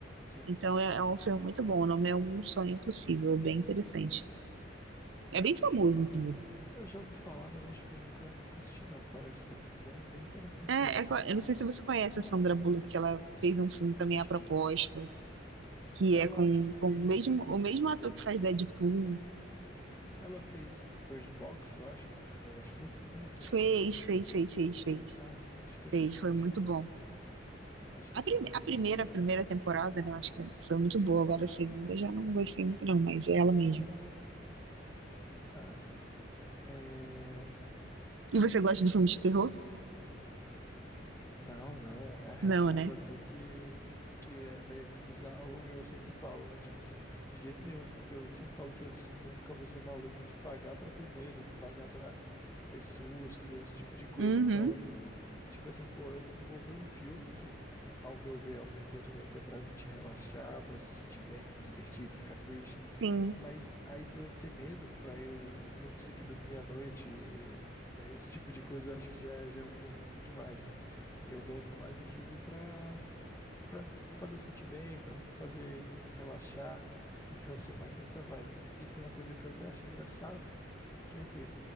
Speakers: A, on the left (about 15°); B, on the right (about 80°).
A: sim.
B: Então é, é um filme muito bom. O nome é Um Sonho Impossível, bem interessante.
A: É.
B: É bem famoso, inclusive.
A: Eu já ouvi falar, mas acho que eu nunca, nunca assisti, não. Parece ser bem, bem interessante
B: É,
A: mesmo.
B: é co- eu não sei se você conhece a Sandra Bullock, que ela fez um filme também,
A: Acho
B: A Proposta,
A: que
B: que
A: ela
B: é com,
A: que fez.
B: com o mesmo, o mesmo ator que faz Deadpool.
A: Ela fez Bird Box, eu acho, que é um filme da Netflix também, eu tô me
B: Fez,
A: confundindo.
B: fez, fez, fez, fez.
A: Ah, sim, acho que eu
B: Fez,
A: sei quem
B: foi
A: é, sim.
B: muito bom.
A: Acho
B: A,
A: que eu sei
B: prime
A: quem é,
B: a
A: sim.
B: primeira, primeira temporada, né? Eu acho que foi muito boa. Agora a segunda já não gostei muito, não, mas é ela mesmo.
A: Ah, sim. É... E
B: E você gosta de filmes de terror?
A: Não, não, é
B: Não,
A: <laughs> algo
B: né?
A: até que, que é meio bizarro e eu sempre falo, né? Tipo assim, de jeito nenhum, porque eu sempre falo que eu s- nunca vou ser maluco de pagar pra ter medo, de pagar pra ter susto, esse tipo de coisa.
B: Uhum.
A: Então, tipo assim, pô, eu vou ver um filme que, ao meu ver, ao meu entendimento, é pra gente relaxar, pra se sentir bem, se divertir, ficar triste.
B: Sim,
A: Mas aí pra eu ter medo, pra eu não conseguir dormir à noite, esse tipo de coisa eu acho que já, já é um pouco demais. Eu gosto mais do filme pra, pra me fazer sentir bem, pra me fazer relaxar, e eu sou mais nessa vibe. E tem uma coisa que eu até acho engraçado, que é o quê?